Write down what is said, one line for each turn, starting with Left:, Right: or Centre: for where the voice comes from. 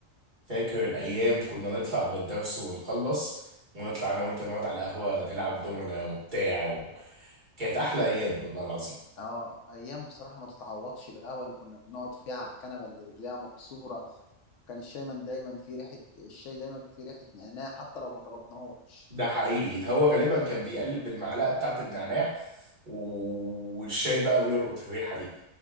Right: فاكر الايام كنا نطلع من الدرس ونخلص ونطلع انا وانت نقعد على القهوة نلعب دومنا وبتاع و... كانت احلى ايام والله العظيم
Left: اه ايام بصراحة ما تتعوضش القهوة اللي كنا بنقعد فيها على الكنبة اللي رجليها مكسورة كان الشاي من دايما في ريحة الشاي دايما في ريحة نعناع حتى لو ما طلبناهوش
Right: ده حقيقي ده هو غالبا كان بيقلب بالمعلقة بتاعت النعناع و- والشاي بقى بيلقط الريحة دي